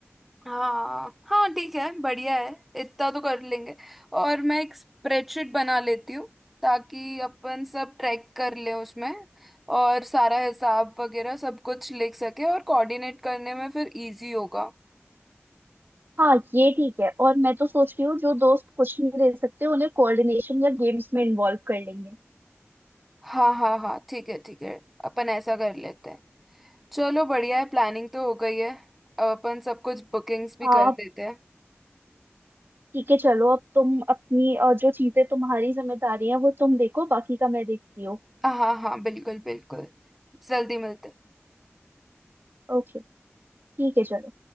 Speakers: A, in the centre; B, on the right.
A: हाँ हाँ ठीक है बढ़िया है इतना तो कर लेंगे और मैं एक स्प्रेडशीट बना लेती हूँ ताकि अपन सब ट्रैक कर ले उसमें और सारा हिसाब वगैरह सब कुछ लिख सके और कोऑर्डिनेट करने में फिर इजी होगा
B: हाँ ये ठीक है और मैं तो सोच रही हूँ जो दोस्त कुछ नहीं दे सकते उन्हें कोऑर्डिनेशन या गेम्स में इन्वॉल्व कर लेंगे
A: हाँ हाँ हाँ ठीक है ठीक है अपन ऐसा कर लेते हैं चलो बढ़िया है प्लानिंग तो हो गई है अपन सब कुछ बुकिंग्स भी
B: हाँ
A: कर लेते हैं
B: ठीक है चलो अब तुम अपनी अ, जो चीजें तुम्हारी जिम्मेदारी है वो तुम देखो बाकी का मैं देखती हूँ
A: हाँ हाँ हाँ बिल्कुल बिल्कुल जल्दी मिलते हैं
B: ओके ठीक है चलो